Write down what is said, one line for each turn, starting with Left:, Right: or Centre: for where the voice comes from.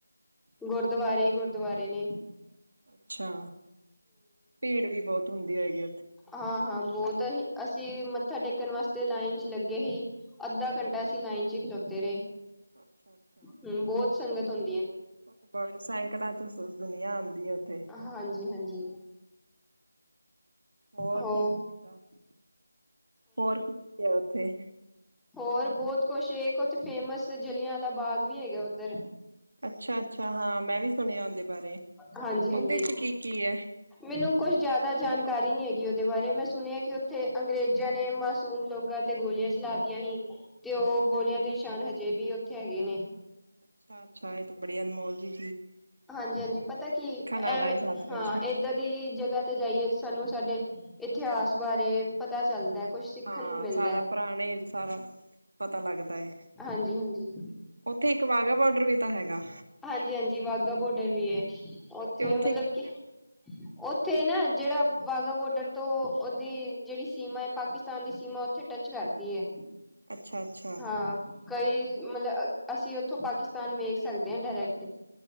Centre: ਗੁਰਦੁਆਰੇ ਹੀ ਗੁਰਦੁਆਰੇ ਨੇ।
Right: ਅੱਛਾ। ਭੀੜ ਵੀ ਬਹੁਤ ਹੁੰਦੀ। ਹੈਗੀ।
Centre: ਹਾਂ- ਹਾਂ। ਬਹੁਤ, ਹੀ ਅਸੀਂ ਮੱਥਾ ਟੇਕਣ ਵਾਸਤੇ ਲਾਈਨ ਚ ਲੱਗੇ ਹੀ, ਅੱਧਾ ਘੰਟਾ ਅਸੀਂ ਲਾਈਨ ਚ ਹੀ ਖਲੋਤੇ ਰਹੇ।
Right: ਅੱਛਾ- ਅੱਛਾ।
Centre: ਹੂੰ ਬਹੁਤ ਸੰਗਤ ਹੁੰ।
Right: ਉਥੇ ਸੈਂਕੜਾਂ ਚ ਸੁ ਦੁਨੀਆਂ ਆਉਂਦੀ ਆਂਦੀ ਪਈ।
Centre: ਹਾਂਜੀ-ਹਾਂਜੀ
Right: ਹੋਰ
Centre: ਹੋ
Right: ਕੀ, ਕੀ ਕੀਤਾ ਹੋਰ ਕੀ ਹੈ ਉੱਥੇ?
Centre: ਹੋਰ, ਬਹੁਤ ਕੁਛ ਇੱਕ ਉੱਥੇ ਫੇਮਸ ਜਲਿਆਂ ਵਾਲਾ ਬਾਗ ਵੀ ਹੈਗਾ। ਉੱਧਰ।
Right: ਅੱਛਾ-ਅੱਛਾ ਹਾਂ ਮੈਂ ਵੀ ਸੁਣਿਆ ਉਹਦੇ ਬਾਰੇ
Centre: ਹਾਂਜੀ-
Right: ਉਹਦੇ
Centre: ਹਾਂਜੀ,
Right: ਚ ਕੀ ਕੀ ਹੈ?
Centre: ਮੈਨੂੰ ਕੁਛ ਜਿਆਦਾ ਜਾਣਕਾਰੀ ਨੀ ਹੈਗੀੇ। ਦੇ ਬਾਰੇ ਮੈਂ ਸੁਣਿਆ, ਕਿ ਉੱਥੇ ਅੰਗਰੇਜ਼ਾਂ ਨੇ ਮਾਸੂਮ ਲੋਕਾਂ ਤੇ ਗੋਲੀਆਂ ਚਲਾ ਕੇ ਹੀ। ਤੇ, ਉਹ ਗੋਲੀਆਂ ਦੇ ਨਿਸ਼ਾਨ ਜੇ ਵੀ ਉੱਥੇ ਹੈਗੇ ਨੇ।
Right: ਅੱਛਾ- ਅੱਛਾ, ਇਹ ਤੇ ਬੜੀਆ ਅਨਮੋਲ ਜੀ
Centre: ਹਾਂਜੀ- ਹਾਂਜੀ, ਪਤਾ ਕੀ,
Right: ਵਾਲਾ
Centre: ਐਵੇਂ
Right: ਹੈ ਸਾਰਾ ਕੁਛ।
Centre: ਹਾਂ ਇਏਦਾਂ ਦੀ ਜਗਾ ਤੇ ਜਾਈਏ, ਤੇ ਸਾਨੂੰ ਸਾਡੇ ਇਤਿਹਾਸ ਬਾਰੇ ਪਤਾ ਚੱਲਦਾ। ਕੁਛ ਸਿੱਖਣ
Right: ਹਾਂ,
Centre: ਨੂੰ ਮਿਲਦਾ
Right: ਸਾਰਾ
Centre: ਹੈ
Right: ਪੁਰਾਣੇ, ਸਾਰਾ ਪਤਾ ਲੱਗਦਾ ਹੈ।
Centre: ਹਾਂਜੀ-ਹਾਂਜੀ।
Right: ਉੱਥੇ ਇੱਕ ਵਾਹਗਾ ਬੋਡਰ ਵੀ ਤਾਂ ਹੈਗਾ।
Centre: ਹਾਂਜੀ- ਹਾਂਜੀ, ਵਾਹਗਾ ਬੋਡਰ ਵੀ ਹੈ। ਉੱਥੇ
Right: ਤੇ
Centre: ਮਤਲਬ
Right: ਕੀ
Centre: ਕਿ, ਉੱਥੇ ਨਾ। ਜਿਹੜਾ ਵਾਹਗਾ ਬੋਡਰ ਤੋਂ, ਉਹਓਦੀ ਜਿਹੜੀ ਸੀਮਾ। ਪਾਕਿਸਤਾਨ ਦੀ ਸੀਮਾ, ਉੱਥੇ ਟੱਚ ਕਰਦੀ ਹੈ।
Right: ਅੱਛਾ-ਅੱਛਾ,
Centre: ਹਾਂ। ਕਈ ਮਤਲਬ ਅਸੀਂ ਉੱਥੋਂ ਪਾਕਿਸਤਾਨ ਵੇਖ ਸਕਦੇ ਹਾਂ ਡਾਇਰੈਕਟ।